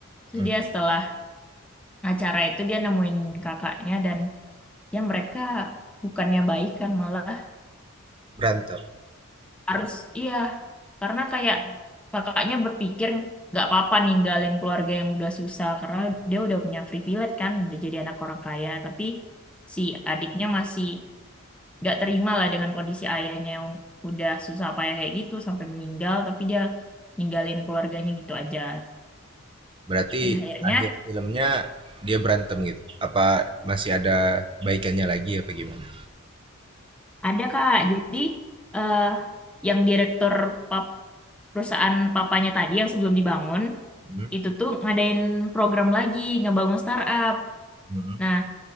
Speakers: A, in the centre; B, on the right.
A: Terus
B: Hmm.
A: dia setelah acara itu dia nemuin kakaknya dan ya mereka bukannya baik kan malah
B: Berantem.
A: harus iya karena kayak kakaknya berpikir nggak apa-apa ninggalin keluarga yang udah susah karena dia udah punya privilege kan udah jadi anak orang kaya tapi si adiknya masih nggak terima lah dengan kondisi ayahnya yang udah susah payah kayak gitu sampai meninggal tapi dia ninggalin keluarganya gitu aja
B: Berarti
A: dan akhirnya
B: akhir filmnya dia berantem gitu? Apa masih ada baikannya lagi apa gimana?
A: ada kak jadi eh yang direktur pap- perusahaan papanya tadi yang sebelum dibangun
B: Mhm,
A: itu tuh ngadain program lagi, ngebangun startup.
B: mhm.
A: Nah,